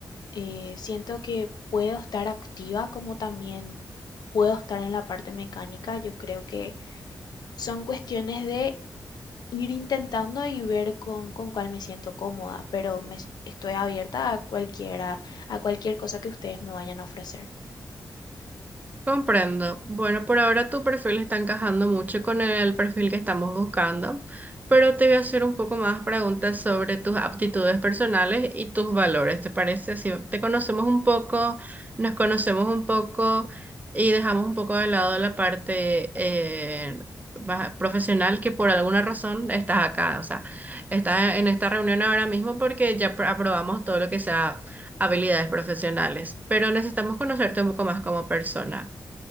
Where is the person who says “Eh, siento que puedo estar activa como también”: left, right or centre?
Left